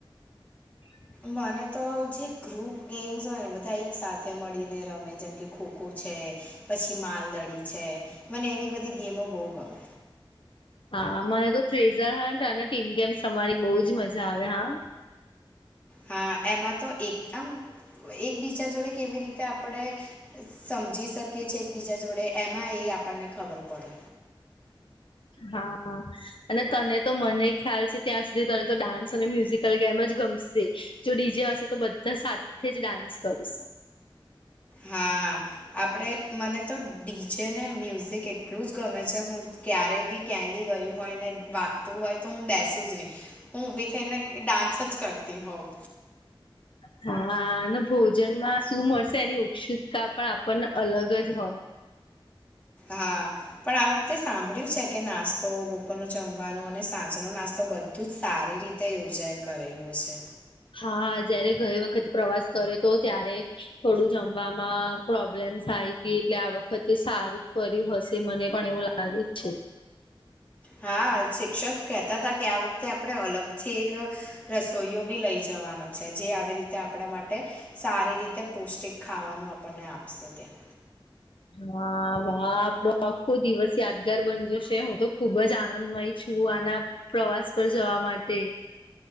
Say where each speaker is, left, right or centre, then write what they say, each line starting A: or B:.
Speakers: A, on the left; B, on the left.
A: <inaudible>
B: મને તો જે ગ્રુપ ગેમ્સ હોય ને બધા એક સાથે મળીને રમે જેમ કે ખોખો છે, પછી માલદડી છે મને એવી બધી ગેમો બહુ ગમે.
A: હા મને તો થ્રેઝર હ અને ટીમ ગેમ્સ રમવાની બહુ જ મજા આવે હા.
B: હા એમાં તો એક આમ એકબીજા જોડે કેવી રીતે આપડે સમજી શકીએ છે એકબીજા જોડે એમાં એ આપણને ખબર પડે.
A: હા હા. અને તને તો મને ખ્યાલ છે ત્યાં સુધી તને તો ડાન્સ અને મ્યુઝિકલ ગેમ જ ગમશે‌. જો ડીજે હશે તો બધા સાથે જ ડાન્સ કરીશ.
B: હા આપડે મને તો ડીજે ને મ્યુઝિક એટલું જ ગમે છે. હું ક્યારે બી ક્યાંય બી ગયું. હોય ને વાગતું હોય તો હું બેસું જ નહી હું ઉભી થઈને ડાન્સ જ કરતી હોઉં.
A: <inaudible> હા અને ભોજનમાં શું મળશે એની ઉત્સુકતા પણ આપણને અલગ જ હોય.
B: હા. પણ આ વખતે સાંભળ્યું છે કે નાસ્તો, બપોરનું જમવાનું અને સાંજનો નાસ્તો બધ બધું જ સારી રીતે યોજાય કરેલું હશે.
A: હા જયારે ગઈ વખત પ્રવાસ કર્યો તો ત્યારે થોડું જમવામાં પ્રોબ્લેમ્સ આઇતી એટલે આ વખતે સારું કર્યું હશે મને પણ એવું લાગે છે.
B: હા શિક્ષક કહેતા હતા કે આ વખતે આપણે અલગથી એક રસોઈયો બી લઈ જવાનો છે જે આવી રીતે આપણે માટે સારી રીતે પૌષ્ટિક ખાવાનું આપણને આપશે ત્યાં.
A: હા વાહ આપડો આખો દિવસ યાદગાર બની જશે હું તો ખુબ જ આનંદમય. છું આના પ્રવાસ પર જવા માટે.